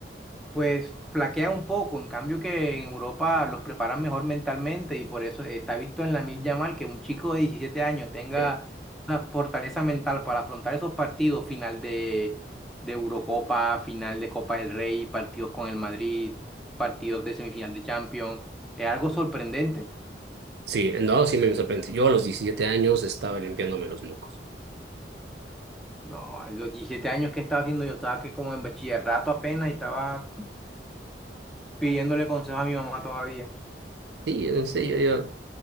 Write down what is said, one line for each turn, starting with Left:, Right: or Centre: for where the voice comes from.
Centre: pues flaquea un poco, en cambio que en Europa los preparan mejor mentalmente y por eso está visto en la Lamine Yamal que un chico de 17 años tenga
Right: de-
Centre: esa fortaleza mental para afrontar esos partidos, final de, de Eurocopa, final de Copa del Rey, partidos con el Madrid, partidos de semifinal de Champions, es algo sorprendente.
Right: Sí, no, sí me sorprende. Yo a los 17 años estaba limpiándome los mocos.
Centre: No, a los 17 años que estaba haciendo yo, estaba que como en bachillerato apenas y estaba pidiéndole consejo a mi mamá todavía.
Right: Sí, yo no sé, yo, yo